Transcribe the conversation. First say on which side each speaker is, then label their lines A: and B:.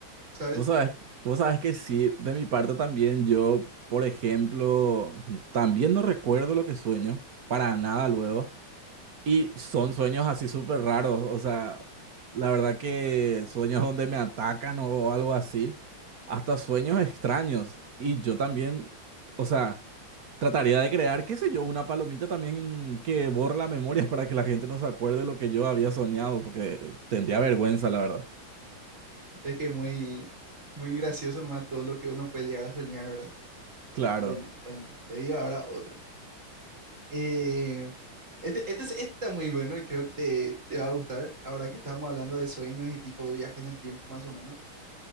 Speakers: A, on the right; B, on the right.
A: ¿sabes?
B: Vos sabés, vos sabés que sí, de mi parte también yo, por ejemplo, también no recuerdo lo que sueño, para nada luego. Y son sueños así súper raros, o sea, la verdad que sueños donde me atacan o algo así, hasta sueños extraños. Y yo también, o sea, trataría de crear, qué sé yo, una palomita también que borre la memoria <laughs> para que la gente no se acuerde lo que yo había soñado, porque tendría vergüenza, la verdad.
A: Es que muy, muy gracioso nomás todo lo que uno puede llegar a soñar, ¿verdad?
B: Claro.
A: Bueno, bueno, te digo ahora otro. Eh, este, este, es- este está muy bueno y creo que te, te va a gustar ahora que estamos hablando de sueños y tipo viaje en el tiempo más o menos.